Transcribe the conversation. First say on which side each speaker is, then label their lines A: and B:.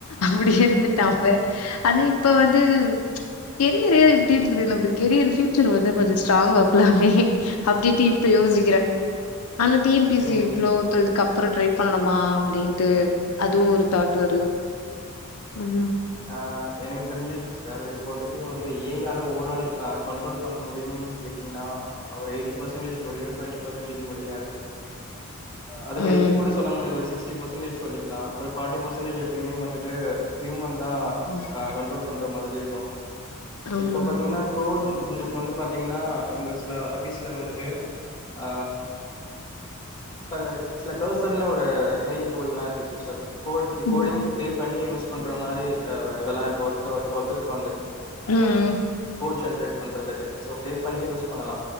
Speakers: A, on the left; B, on the left.
A: அப்டியே இருந்துட்ட அப்ப ஆனா இப்ப வந்து ச் கெரியரே எப்டி இருக்குது நம்ம கெரியர் ஃபியூச்சர் வந்து கொஞ்சோ ஸ்ட்ராங்கா ஆக்கலாமே அப்டிண்ட்டு ப்போ யோசிக்கிறே ஆனா டி எம் பி
B: எனக்கு
A: சி ப்ளோ இதுக்கப்றோ ட்ரை பண்ணணுமா அப்டிண்டு அதுவு ஓரு தாட் வருது ம்
B: ஆ எனக்கு தெரிஞ்சு சிஸ்டர் இப்போதக்கு வந்து ஏ ஆல ஓவரால் கண்ட்ரோல் பண்ண முடியு கேட்டீங்கன்னா ஒரு எயிட்டி பர்சண்டேஜ் முடியு டொண்ட்டி பர்சன்டேஜ் முடியாது அதுவு
A: ம்
B: எய்ட்டி கூட சொல்ல முடியாது ஒரு சிக்ஸ்டி பர்சன்டேஜ் சொல்லிக்கலா ஒரு ஃபார்ட்டி பர்சன்டேஜ் எப்பயுமே வந்துட்டு ஹியூமன் தா
A: ம்
B: கண்ட்ரோல் பண்ற மாரி இருக்கு
A: ஆமா
B: இப்ப பாத்தீங்கன்னா கோடிங் எங்களுக்கு வந்து பாத்தீங்கன்னா எங்க சில ஆபீஸ்ல வந்துட்டு ஆ இப்ப சில கர்சர்ல ஒரு எயிட் டூ லாக் சிஸ்டர் கோடுக்கு
A: ம்
B: கோடிங்கு இப்போ பே பண்ணி யூஸ் பண்ற மாரி இருக்கு அ இதெல்லா இருக்கு ஒர்க் ஒர்க்குக்கு வந்து
A: ம்
B: கோட் ஜென்ரேட் பண்றதுக்கு சோ பே பண்ணி யூஸ் பண்ணலா